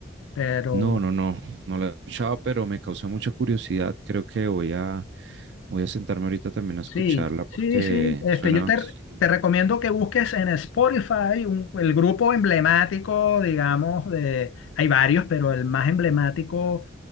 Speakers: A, on the left; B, on the right.
A: pero
B: No, no, no, no la he escuchado, pero me causa mucha curiosidad. Creo que voy a, voy a sentarme ahorita también a
A: Sí,
B: escucharla porque
A: sí, sí. Este,
B: suena,
A: yo te,
B: sí,
A: te recomiendo que busques en Spotify un- el grupo emblemático, digamos, de, hay varios, pero el más emblemático,